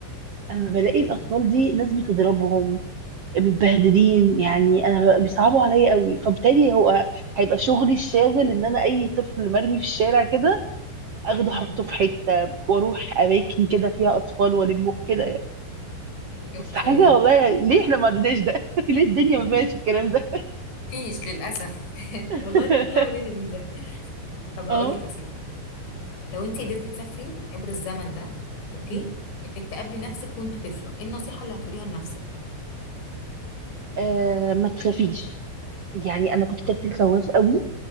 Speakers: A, on the right; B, on the left.
A: اما بلاقي
B: مم.
A: الاطفال دي ناس بتضربهم متبهدلين يعني انا ب- بيصعبوا عليا قوي فبالتالي هو هيبقى شغلي الشاغل ان انا اي طفل مرمي في الشارع كده اخده
B: امم
A: احطه في حته واروح اماكن كده فيها اطفال والم كده يعني
B: أوكي
A: بس حاجه والله يعني ليه احنا ما عندناش ده <laughs> ليه الدنيا
B: <laughs>
A: ما فيهاش الكلام ده
B: مفيش للأسف <laughs>
A: <laughs>
B: والله اللعبة دي لذيذة طب
A: اه
B: هقول لك يا ستي لو أنت قدرتي تسافري عبر الزمن ده أوكي
A: مم.
B: إنك تقابلي نفسك وأنت طفلة إيه النصيحة اللي هتقوليها لنفسك؟
A: آه، ما تخافيش يعني انا كنت طفل خواف قوي